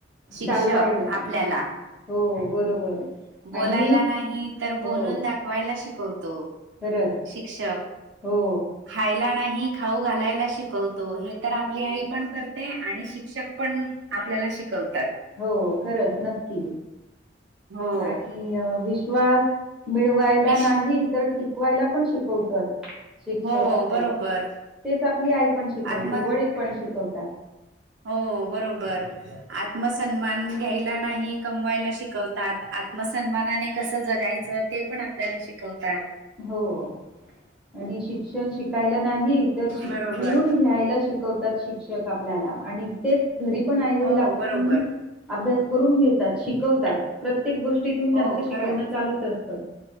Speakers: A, on the right; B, in the centre.
A: शिक्षक
B: चालवायला,
A: आपल्याला
B: हो बरोबर.
A: बोलायला
B: आणि
A: नाही तर, बोलून
B: हो,
A: दाखवायला शिकवतो.
B: खरंच.
A: शिक्षक
B: हो,
A: खायला नाही खाऊ घालायला शिकवतो. हे तर आपली आई पण करते. आणि शिक्षक पण आपल्याला शिकवतात.
B: हो खरच नक्की.
A: हो
B: आणि विश्वास मिळ वायला
A: विश
B: नाही तर, टिकवायला पण शिकवतात. शिक्षक
A: हो
B: आपल्याला,
A: बरोबर
B: तेच आपली आई पण शिकवते
A: आत्म
B: वडील पण शिकवतात.
A: हो बरोबर. आत्मसन्मान घ्यायला नाही कमवायला शिकवत आत्मसन्मानाने कस जगायच ते पण आपल्याला शिकवतात.
B: हो, आणि शिक्षण शिकायला नाही तर शिकवून
A: बरोबर
B: घ्यायला श शिकवतात शिक्षक आपल्याला. आणि ते घरी पण आईवडील
A: हो
B: आपल्याकडुन
A: बरोबर
B: अभ्यास करून घेतात, शिकवतात. प्रत्येक गोष्टीतून त्यांच
A: हो
B: शिकवण
A: खरंच
B: चालूच असत.